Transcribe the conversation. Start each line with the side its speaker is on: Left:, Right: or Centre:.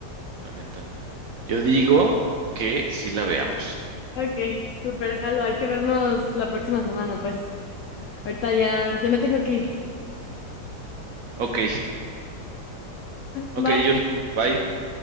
Right: la neta. Yo digo que sí la veamos.
Left: Ok, super jalo, hay que vernos. la próxima semana, pues. Ahorita ya, ya me tengo que ir.
Right: Ok, ok,
Left: Bye.
Right: Jun, bye.